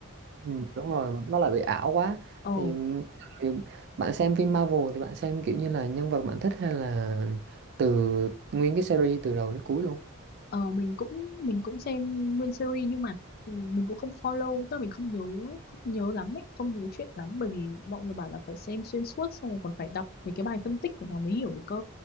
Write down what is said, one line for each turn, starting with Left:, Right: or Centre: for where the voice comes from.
Right: Ừ, đúng rồi mà nó lại bị ảo quá
Left: ờ
Right: thì, thì bạn xem phim Marvel thì bạn xem kiểu như là nhân vật bạn thích hay là từ nguyên cái series từ đầu đến cuối luôn
Left: Ờ, mình cũng mình cũng xem nguyên series nhưng mà ừ, mình cũng không follow tức là mình không nhớ không nhớ lắm ấy không nhớ chuyện lắm bởi vì mọi người bảo là phải xem xuyên suốt xong rồi còn phải đọc mấy cái bài phân tích của nó mới hiểu được cơ